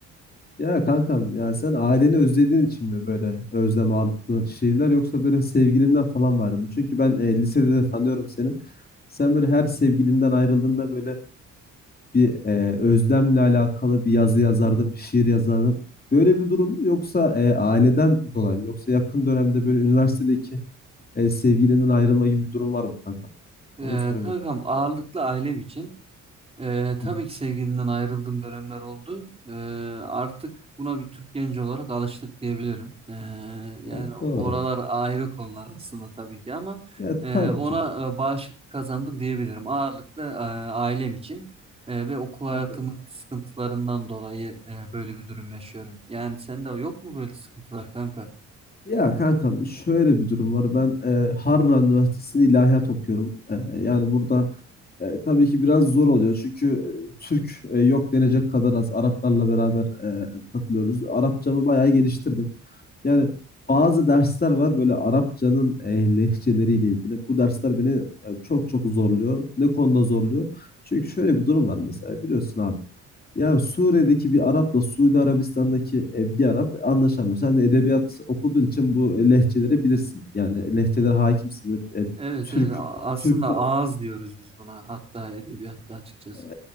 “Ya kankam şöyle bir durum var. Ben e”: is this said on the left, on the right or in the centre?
Left